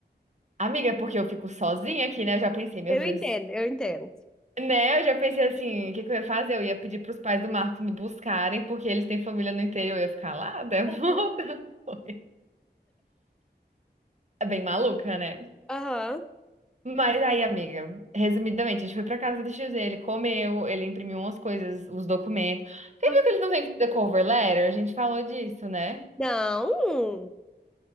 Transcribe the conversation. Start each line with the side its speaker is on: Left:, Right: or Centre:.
Right: Amiga, é porque eu fico sozinha aqui, né? Eu já pensei, meu
Centre: Eu
Right: Deus.
Centre: entendo, eu entendo.
Right: Né? Eu já pensei assim, o que que eu ia fazer? Eu ia pedir pros pais do Marcos me buscarem, porque eles têm família no interior. Eu ia ficar lá, né? <laughs>
Centre: Uhum.
Right: É bem maluca, né?
Centre: Aham.
Right: Mas aí, amiga, resumidamente, a gente foi pra casa do tio Z, ele comeu, ele imprimiu umas coisas, os documentos. Você
Centre: Aham.
Right: viu que eles não têm que fazer cover letter? A gente falou disso, né?
Centre: Não.